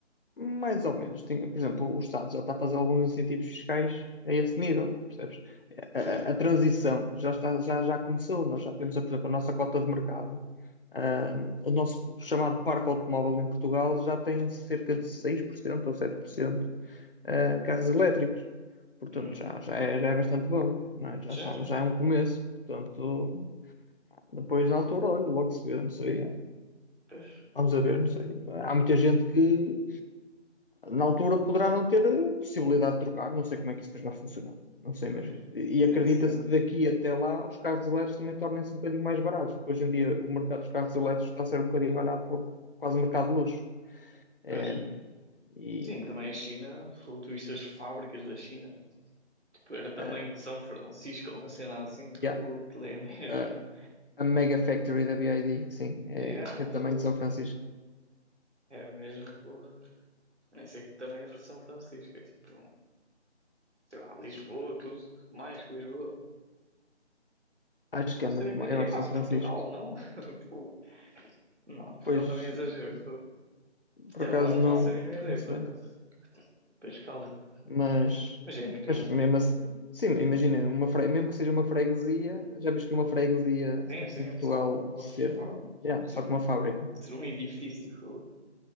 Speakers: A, on the left; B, on the right.
A: Mais ou menos. Tem, por exemplo, o Estado já está a fazer alguns incentivos fiscais a esse nível, percebes? A,
B: Sim.
A: a- a transição já está, já, já começou. Nós já temos, por exemplo, a nossa cota de mercado. Ah, o nosso chamado parque automóvel em Portugal já tem cerca de 6% ou 7% ah, carros elétricos. Portanto,
B: Hum.
A: já, já, é, já é bastante bom. não é? Já
B: Sim,
A: estamos,
B: sim.
A: já é um começo. Portanto, depois na altura, olha, logo se vê, não sei.
B: Pois,
A: Vamos a ver, não sei. Há muita gente que na altura poderá não ter eh, possibilidade de trocar, não sei como é que isso vai funcionar, não sei
B: pois,
A: mesmo.
B: isso
A: E e acredita-se
B: é a cena.
A: que daqui até lá os carros elétricos também tornem-se um bocadinho mais baratos, porque hoje em dia o mercado dos carros elétricos está a ser um bocadinho olhado para o- quase o mercado de luxo. Eh,
B: Pois.
A: e
B: Sim, também a China, fogo, tu viste as fábricas da China, tipo, era tamanho
A: ah,
B: de São Francisco, <laughs> uma cena assim, fogo,
A: yeah,
B: aquilo é mesmo.
A: ah, a Mega Factory da BYD, sim, é,
B: Yeah,
A: é também
B: fogo,
A: de São Francisco.
B: é mesmo, fogo. Isso é que também é para São Francisco, é tipo, sei lá, Lisboa, tudo, mais que Lisboa.
A: Acho que
B: Faço
A: é muito
B: a mínima
A: maior
B: ideia. Quase
A: São Francisco.
B: Portugal, não? <laughs> Pô, Não, Portugal
A: Pois,
B: também é exagero.
A: por
B: Sei
A: acaso,
B: lá, não faço
A: não,
B: a mínima ideia,
A: não sei.
B: por acaso. Para a escala.
A: Mas,
B: Mas é muito
A: mas
B: grande.
A: mesmo assim, sim, imagina, uma fre- mesmo que seja uma freguesia, já viste que uma freguesia
B: Sim,
A: aqui
B: sim,
A: em Portugal
B: é só como uma.
A: ser, yeah,
B: Ser
A: só
B: um,
A: com uma fábrica.
B: ser um edifício. pô.